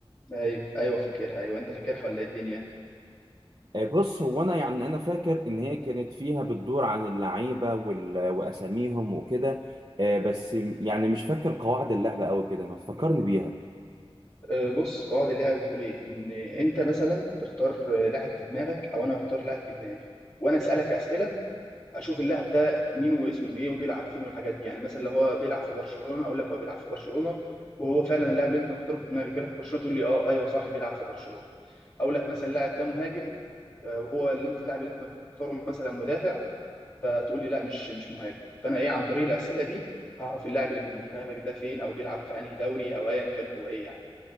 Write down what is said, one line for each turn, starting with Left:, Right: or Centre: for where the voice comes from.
Left: ايوه ايوه فاكرها ايوه انت فاكرها ولا ايه الدنيا
Right: آه، بص هو انا يعني انا فاكر ان هي كانت فيها بتدور عن اللعيبة وال- واساميهم وكده آه، بس يعني مش فاكر قواعد اللعبة قوي كده ما تفكرني بيها
Left: أه، بص قواعد اللعبه بتقول ايه ان انت مثلا تختار آه، لاعب في دماغك او انا اختار لاعب في دماغي وانا اسالك اسئله اشوف اللاعب ده مين واسمه ايه وبيلعب فين والحاجات دي يعني مثلا لو هو بيلعب في برشلونه اقول لك هو بيلعب في برشلونه وهو فعلا اللاعب اللي انت مختاره في دماغك بيلعب في برشلونه تقول لي اه ايوه صح بيلعب في برشلونه اقول لك مثلا اللاعب ده مهاجم أه، وهو اللي انت اللاعب اللي انت مختاره مثلا مدافع فتقول لي لا مش مش مهاجم فانا ايه عن طريق الاسئله دي هعرف اللاعب اللي في دماغك ده فين او بيلعب في انهي دوري او ايا كان هو ايه يعني